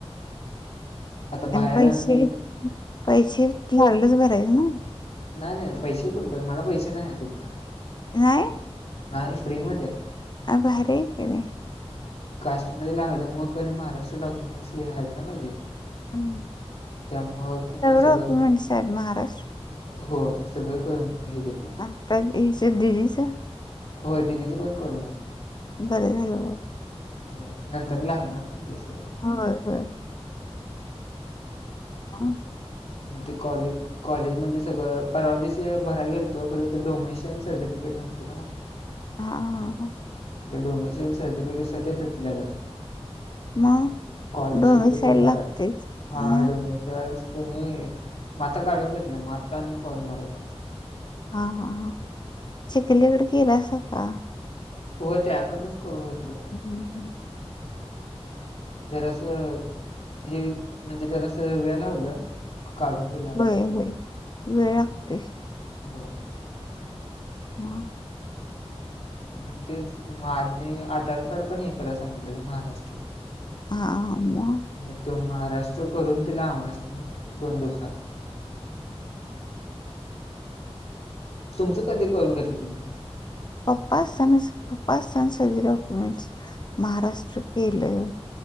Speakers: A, on the left; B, on the left.
A: आता बाहेर
B: पैसे
A: आम्ही
B: पैसे लागलंच भरायंच आहे ना.
A: नाय नाय पैसे कुठ मला पैसे नाही आहे तिथं.
B: नाहीय.
A: नाही फ्री मध्ये
B: अ बर क र.
A: कास्ट मध्ये लागल्यामु क महाराष्ट्र डॉक्युमेंट्स घ आहेत ना माझे
B: हम्म.
A: त्यामुळं क नी
B: डॉक्युमेंट्स
A: सगळं
B: आहेत महाराष्ट्र
A: होय सगळं करून हे घे
B: आता हिच्या दिदीचा
A: होय दिदीचं पण करून घेतले.
B: बरं झालं हो.
A: हो नंतर लागणार ना ते सगळं.
B: होय होय. <unintelligible>
A: म ते कॉलेज कॉलेजमध्ये सगळं परवा दिवशी भराय गेलतं खरं तर डोमेशन सर्टिफिकेट नव्हतं ना माझ्याकडे.
B: हा हा हा.
A: डोमेशल सर्टिफिकेटचा ते तुटलेल्या
B: मग
A: स्कॉलरशिपचा
B: दोन्ही साईड
A: तेन भराल
B: लागतेच
A: हा
B: मग
A: डोमेशल्स त्यांनी म आता काढून घेतले म आता आणि फॉर्म भरे द्यायचे.
B: हा हा हा चिखलीकडे केला असं का?
A: होय त्याकणच करून घेतलं.
B: हम्म हम्म.
A: <unintelligible> जरासा हे म्हणजे जरासा वेळ लावलं काढून घे
B: होय होय वेळ लागते.
A: हो.
B: म
A: हम्म तेच माझने आधार कार्ड पण हे करा सांगतलेलं महाराष्ट्र
B: हा हा म.
A: मग तो महाराष्ट्र करून तिला आमस नी दोन दिवसात. तुमचं कधी करून घेतलेले ते?
B: <unintelligible> महाराष्ट्र केलं.